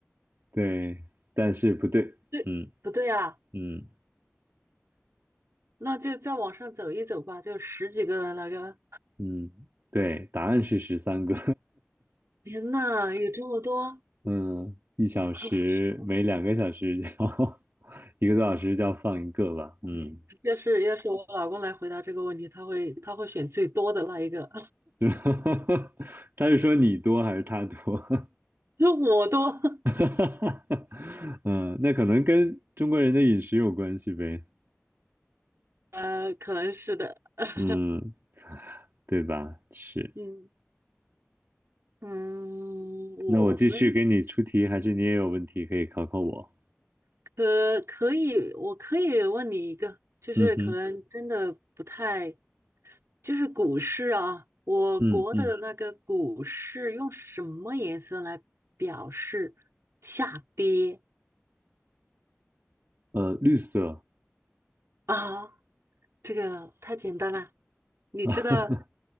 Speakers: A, on the right; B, on the right.
A: 对，但是不对，
B: 对，
A: 嗯
B: 不对啊？
A: 嗯
B: 那就再往上走一走吧，就十几个那个。
A: 嗯，对，答案是十三个，
B: 天呐，有这么多！
A: <laughs> 嗯，一小时每两个小时叫
B: <laughs>
A: <laughs> 一个多小时就要放一个吧，嗯，
B: 要是要是我老公来回答这个问题，他会他会选最多的那一个。
A: 是吧 <laughs> 他是说你多还是他多？
B: <laughs> 我多，<laughs>
A: <laughs> 嗯，那可能跟中国人的饮食有关系呗，
B: 呃，可能是的。<laughs>
A: 嗯，对吧？是，
B: 嗯。嗯，我们
A: 那我继续给你出题，还是你也有问题可以考考我？
B: 可可以，我可以问你一个，就是可能真的不太，
A: 嗯哼，
B: 就是股市啊，我国的那个股市用什么颜色来表示下跌
A: 嗯嗯，呃，绿色。
B: 啊？这个太简单了，你知道
A: <laughs> 啊，